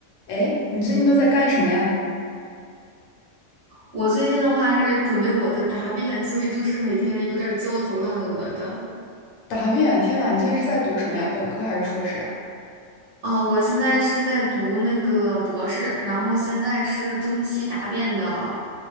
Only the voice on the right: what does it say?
我最近的话是准备我的答辩，所以就是每天有点儿焦头烂额的。
哦，我现在是在读那个博士，然后现在是中期答辩的，